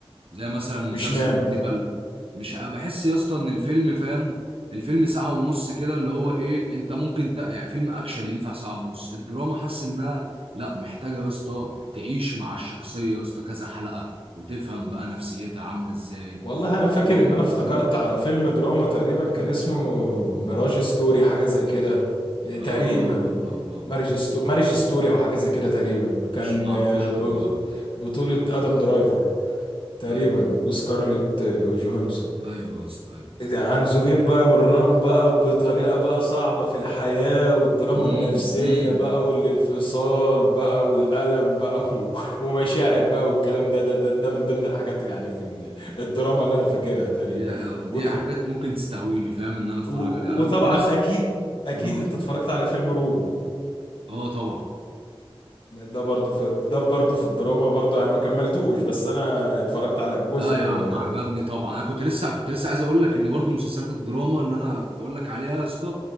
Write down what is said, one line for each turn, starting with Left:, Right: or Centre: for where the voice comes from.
Right: زي مثلا مسلسل
Left: مش معنى
Right: هانيبال مش أ- بحس يا اسطى ان الفيلم فاهم الفيلم ساعه ونص كده اللي هو ايه انت ممكن ت... يعني فيلم اكشن ينفع ساعه ونص الدراما حاسس انها لا محتاجه يا اسطى تعيش مع الشخصيه يا اسطى كذا حلقه وتفهم بقى نفسيتها عامله ازاي
Left: والله انا فاكر
Right: دراما
Left: ان انا افتكرت
Right: فاهم
Left: على فيلم دراما تقريبا كان اسمه ميراج ستوري حاجه زي كده إيه،
Right: اه
Left: تقريبا
Right: اه اه اه اه
Left: مارج ستو... مارج ستوري او حاجه زي كده تقريبا كان
Right: مش معرفوش
Left: آه،
Right: قوي
Left: ب- ب-
Right: اه
Left: بطوله ادم درايفر تقريبا
Right: أيوه.
Left: وسكارليت آه، جوهانسون
Right: ايوه يا اسطى ايوه
Left: عن زوجين بقى مرام بقى بطريقة بقى صعبة في الحياة والدراما
Right: امم
Left: النفسية
Right: امم
Left: بقى والانفصال بقى والألم بقى و- ومشاعر بقى والكلام ده ده ده, ده من ضمن الحاجات يعني في ال- الدراما اللي أنا فاكرها تقريبا
Right: دي لا دي
Left: وط
Right: حاجات ممكن تستهويني فاهم ان انا اتفرج
Left: و-
Right: عليها انا
Left: وطبعا
Right: كنت لسه
Left: أكيد أكيد
Right: اه
Left: أنت اتفرجت على فيلم روم
Right: اه طبعا
Left: ده برضه في ده برضه في الدراما برضه يعني ما كملتوش بس أنا اتفرجت على جزء
Right: لا يا
Left: منه
Right: عم
Left: يعني
Right: عجبني طبعا انا كنت لسه كنت لسه عايز اقول لك ان برضو مسلسلات الدراما اللي انا كنت اقول لك عليها يا اسطى